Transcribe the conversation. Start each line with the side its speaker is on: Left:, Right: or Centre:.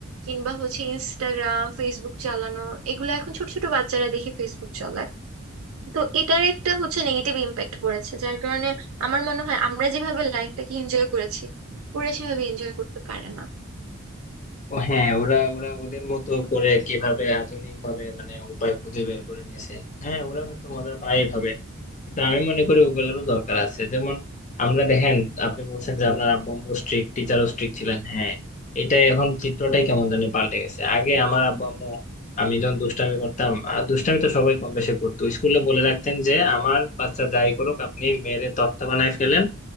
Right: কিংবা হচ্ছে ইনস্টাগ্রাম ফেসবুক চালানো এগুলো এখন ছোট ছোট বাচ্চারা দেখে ফেসবুক চালায় তো এটার একটা হচ্ছে নেগেটিভ ইম্প্যাক্ট পড়েছে যার কারণে আমার মনে হয় আমরা যেভাবে লাইফটাকে এনজয় করেছি ওরা সেভাবে এনজয় করতে পারে না
Left: ও হ্যাঁ ওরা ওরা ওদের মতো করে কিভাবে আধুনিক ভাবে মানে উপায় খুঁজে বের করে নিয়েছে হ্যাঁ ওরা হয়তো মজা পায় এভাবে কিন্তু আমি মনে করি ওগুলোরও দরকার আছে যেমন আমরা দেখেন আপনি বলছেন যে আপনার আব্বু আম্মু স্ট্রিক্ট টিচারও স্ট্রিক্ট ছিলেন হ্যাঁ এটা এখন চিত্রটাই কেমন জানি পাল্টে গেছে আগে আমার আব্বু আম্মু আমি যখন দুষ্টামি করতাম আর দুষ্টামি তো সবাই কম বেশি করতো স্কুলে বলে রাখতেন যে আমার বাচ্চা যাই করুক আপনি মেরে তক্তা বানায় ফেলেন